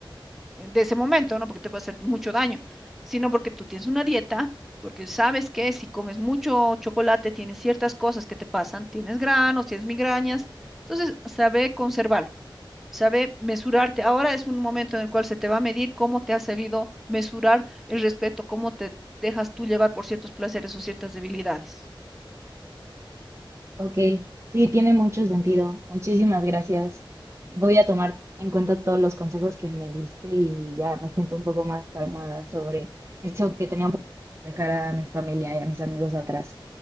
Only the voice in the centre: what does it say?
eh, de ese momento, no porque te puede hacer mucho daño, sino porque tú tienes una dieta, porque sabes que si comes mucho chocolate tienes ciertas cosas que te pasan, tienes granos, tienes migrañas, entonces sabe conservarlo. Sabe mesurarte. Ahora es un momento en el cual se te va a medir cómo te has sabido mesurar el respeto, cómo te dejas tú llevar por ciertos placeres o ciertas debilidades.